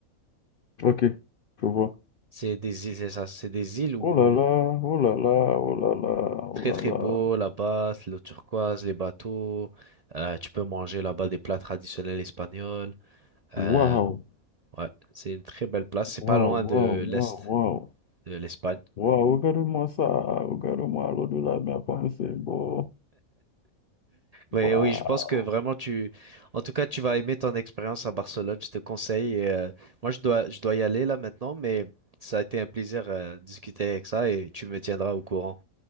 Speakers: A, on the left; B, on the right.
A: Ok, je vois.
B: C'est des îles, c'est ça, c'est des îles où
A: Oh là là, oh là là, oh là là,
B: très
A: oh là
B: très
A: là.
B: beau là-bas, c'est l'eau turquoise, les bateaux. Euh, tu peux manger là-bas des plats traditionnels espagnols. euh,
A: Waouh,
B: Ouais, c'est une très belle place. C'est pas
A: waouh,
B: loin de
A: waouh,
B: l'Est
A: waouh, waouh.
B: de l'Espagne.
A: Waouh, regarde-moi ça, regarde-moi l'eau de la mer comme c'est beau.
B: Oui,
A: Waouh.
B: oui, je pense que vraiment tu, en tout cas, tu vas aimer ton expérience à Barcelone. Je te conseille. Et, euh, moi, je dois, je dois y aller là maintenant, mais ça a été un plaisir euh, de discuter avec ça et tu me tiendras au courant.